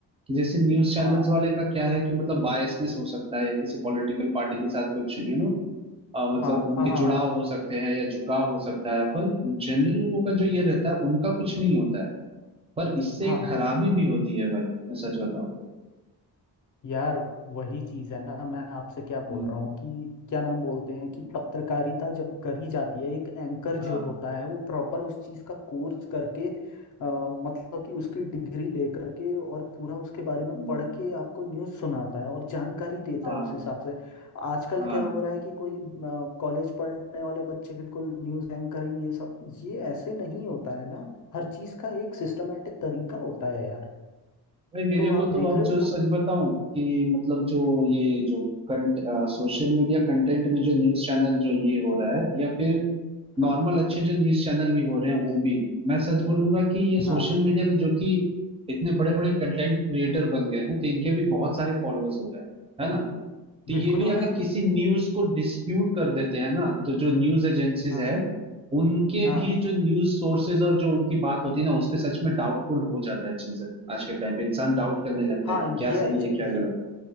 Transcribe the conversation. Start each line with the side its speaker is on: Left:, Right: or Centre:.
Right: कि जैसे न्यूज चैनल्स
Left: हाँ
Right: वाले का क्या है कि मतलब बायसनेस हो सकता है या किसी पॉलिटिकल पार्टी के साथ कुछ यू नो मतलब
Left: हाँ
Right: उनके
Left: हाँ हाँ
Right: जुड़ाव
Left: हाँ हाँ
Right: हो सकते हैं या झुकाव हो सकता है पर जनरल लोगों का जो ये रहता है उनका कुछ नहीं होता है पर इससे
Left: हाँ
Right: एक
Left: हाँ
Right: खराबी भी होती है भाई मैं सच बताऊं तो
Left: यार वही चीज है ना मैं आपसे क्या बोल
Right: हम्म
Left: रहा हूँ कि क्या नाम बोलते हैं कि पत्रकारिता जब करी जाती है एक एंकर
Right: हाँ
Left: जो होता है वो प्रॉपर उस चीज का कोर्स करके अ, मतलब कि उसकी डिग्री लेकर के और पूरा उसके बारे में
Right: हम्म।
Left: पढ़ के आपको न्यूज़ सुनाता है और जानकारी देता
Right: हाँ
Left: है उस हिसाब से आजकल
Right: हाँ
Left: क्या हो रहा है कि कोई कॉलेज पढ़ने वाले बच्चे बिल्कुल न्यूज़ एंकरिंग ये सब ये ऐसे नहीं होता है ना हर चीज का एक सिस्टमेटिक तरीका होता है यार
Right: भाई मेरे
Left: तो आप
Right: को तो
Left: देख
Right: अब
Left: रहे हो
Right: जो सच
Left: तो
Right: बताऊं कि मतलब जो
Left: हम्म,
Right: ये जो कंट सोशल मीडिया कंटेंट में जो न्यूज चैनल जो ये हो रहा है या फिर
Left: हाँ
Right: नॉर्मल अच्छे जो न्यूज चैनल भी हो रहे हैं वो भी मैं सच बोलूंगा कि ये सोशल
Left: हाँ
Right: मीडिया में जो कि इतने बड़े बड़े कंटेंट क्रिएटर बन गए हैं तो इनके भी बहुत सारे फॉलोअर्स हो गए हैं है ना तो
Left: बिल्कुल
Right: ये भी
Left: हो रहे
Right: अगर
Left: हैं
Right: किसी न्यूज को डिस्प्यूट कर देते हैं ना तो जो न्यूज एजेंसीज
Left: हाँ
Right: है उनके
Left: हाँ
Right: भी जो न्यूज सोर्सेज और जो उनकी बात होती है ना उस पे सच में डाउटफुल हो जाता है चीजें आज के टाइम पे इंसान डाउट करने लगता
Left: हाँ
Right: है कि क्या
Left: ये अच्छा
Right: सही है क्या
Left: ये
Right: गलत